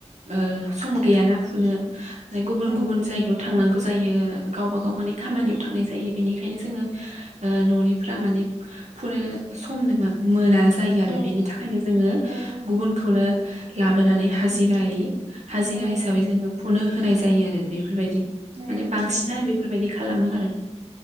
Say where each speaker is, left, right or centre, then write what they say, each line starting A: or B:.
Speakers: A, on the right; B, on the right.
A: ओ सम गैयाना फुनो गुबुन
B: औ
A: गुबुन जायगायाव थांनांगौ जायो गावबा गाव माने खामानियाव
B: औ
A: थांनाय जायो। बेनिखायनो जोङो ओ न'निफ्रा माने फुनो सम मोना जायो आरो
B: औ
A: बेनि थाखायनो जोङो
B: औ
A: गुबुनखौनो लाबोनानै हाजिरायै हाजिरा
B: औ
A: हिसाबै जोङो फुनो होनाय जायो आरो बेफोरबायदि
B: औ
A: माने
B: नंगौ
A: बांसिनानो
B: औ
A: बेफोरबायदि खालामो आरो।